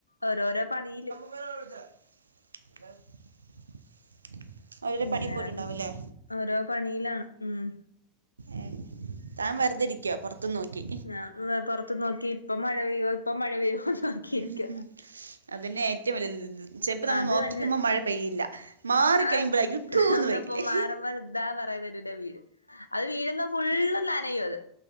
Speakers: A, on the left; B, on the right.
A: ഓരോരോ പണിയില്.
B: <inaudible> ഓരോരോ
A: പിന്നെ
B: പണി
A: വേറെ
B: പോയിട്ടുണ്ടാവുമല്ലേ
A: എന്തൊക്കെ ഓരോ പണിയിലാണ് ഉം.
B: ഏഹ് താൻ വെറുതെരിക്ക പൊറത്തും നോക്കി.
A: ഞാൻ പൊറത്തു നോക്കി ഇപ്പോ മഴ പെയ്യോ ഇപ്പോ മഴ പെയ്യോ. നോക്കിയിരിക്ക
B: ഉം അതന്നെ ഏറ്റവും വലിയൊരിത് ചെലപ്പോ നമ്മൾ
A: അത്
B: നോക്കിക്കുമ്പോൾ
A: തന്നെ
B: മഴ പെയ്യില്ല. മാറി
A: ആ
B: കഴിയുമ്പോഴാരിക്കും ഠോന്ന്
A: വന്നപ്പോ
B: പെയ്യല്
A: മാറുമ്പോ ഇതാ പറയുന്നത് മുന്നേ വീഴും- അത് വീഴുന്ന ഫുളും നനയും അത്